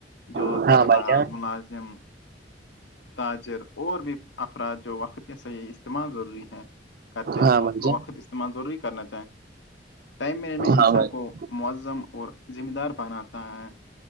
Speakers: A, on the left (about 75°); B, on the right (about 55°).
A: جو
B: جان
A: طلبا ملازم تاجر اور بھی افراد جو وقت کے صحیح استعمال ضروری ہے کرتے ہیں
B: ہاں
A: تو
B: بھائی
A: اس کو
B: جان
A: وقت استعمال ضروری کرنا چاہیں ٹائم مینجمنٹ انسان
B: ہاں بھائی جان
A: مظم اور ذمہ دار بناتا ہے